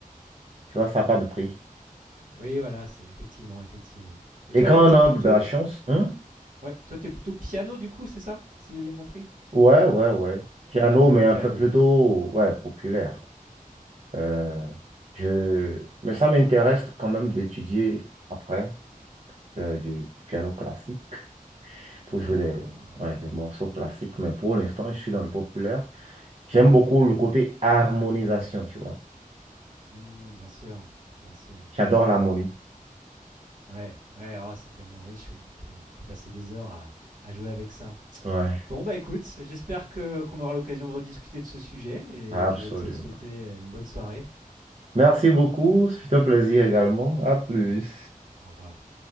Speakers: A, on the right (about 45°); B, on the right (about 65°).
A: tu vois, ça n'a pas de prix.
B: Oui, voilà, c'est effectivement, effectivement. Et
A: Et
B: toi,
A: quand
B: donc, t'es
A: on a
B: plutôt,
A: de la chance, hein,
B: ouais, toi, t'es plutôt piano du coup, c'est ça, si j'ai bien compris.
A: ouais, ouais, ouais. Piano,
B: Tu joues
A: mais
B: le clavier.
A: en fait, plutôt, ouais, populaire. Euh, je... Mais ça m'intéresse quand même d'étudier après euh, du du piano classique. pour
B: D'accord.
A: jouer des, ouais, des morceaux classiques, mais pour l'instant, je suis dans le populaire. J'aime
B: Ouais.
A: beaucoup le côté harmonisation, tu vois.
B: Hmm, bien sûr, bien sûr.
A: J'adore l'harmonie.
B: Ouais, ouais. Oh, c'est tellement riche, oui. On peut, on peut passer des heures à, à jouer avec ça.
A: Ouais,
B: Bon, bah écoute, j'espère que qu'on aura l'occasion de rediscuter de ce sujet et
A: absolument.
B: je vais te souhaiter une bonne soirée.
A: Merci beaucoup, c'est un plaisir également. À plus.
B: Au revoir.